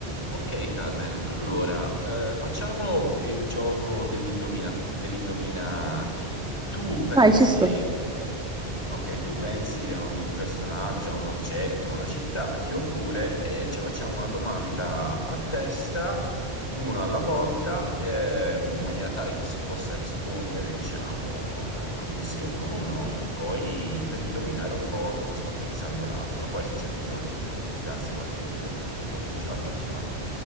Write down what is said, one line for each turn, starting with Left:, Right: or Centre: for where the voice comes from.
Left: Ok, Carmen, allora eh, facciamo il gioco dell'indovina dell'indovina chi. Tu pensi,
Centre: Vai, ci sto.
Left: ok, tu pensi a un personaggio, a un oggetto, a una città, io pure, e ci facciamo una domanda a testa, uno alla volta, eh, in maniera tale che si possa rispondere, diciamo, eh, con un sì o con un no, e poi per indovinare un po' cosa sta pensando l'altro. Poi se c'è bisogno, ovviamente, di darsi qualche aiuto, se proprio non ce la facciamo.